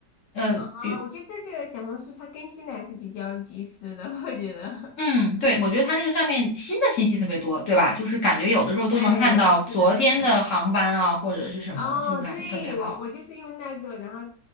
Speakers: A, on the left; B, on the left.
A: 呃，
B: 啊，
A: 比
B: 我觉得这个小红书它更新的还是比较及时的，我觉得。
A: 嗯，对，我觉得它那个上面新的信息特别多，对吧？就是感觉有的时候都能看到昨天的航班啊，
B: <laughs> 哎，是的，是的。
A: 或者是什么，
B: 哦，
A: 就感觉特别好。
B: 对，我我就是用那个，然后